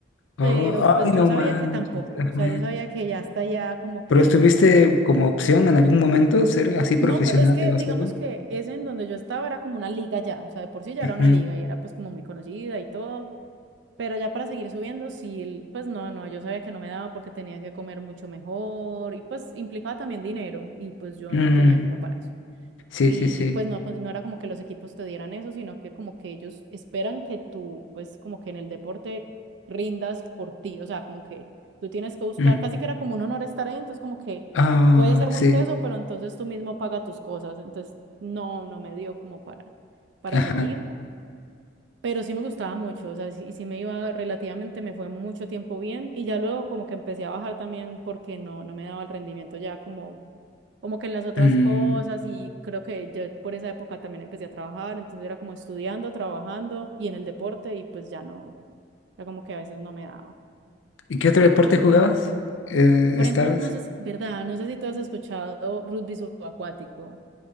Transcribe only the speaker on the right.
pero pues
yo sabía
que tampoco,
o sea, yo sabía que ya está ya como que,
no, pues es que
digamos que ese en donde yo estaba era como una liga ya, o sea, de por sí ya
era una liga y era pues como muy conocida y todo, pero ya para seguir subiendo, sí, el- pues no, no, yo sabía que no me daba porque tenía que comer mucho mejor y pues implicaba también dinero y pues yo
no tenía como para eso.
Y
pues no, no era como que los equipos te dieran eso, sino que como que ellos esperan que tú, pues como que en el deporte rindas por ti, o sea, como que tú tienes que buscar,
casi que era como un honor estar ahí, entonces como que
puede ser muy
teso, pero entonces tú mismo paga tus cosas, entonces no, no me dio como para, para
seguir, pero sí me gustaba mucho, o sea, sí, sí me iba relativamente, me fue mucho tiempo bien y ya luego como que empecé a bajar también porque no, no me daba el rendimiento ya como como que en las otras
cosas y creo que yo por esa época también empecé a trabajar, entonces era como estudiando, trabajando y en el deporte y pues ya no, era como que a veces no me daba.
Por
ejemplo, no sé si, ¿verdad? No sé si tú has escuchado rugby subacuático.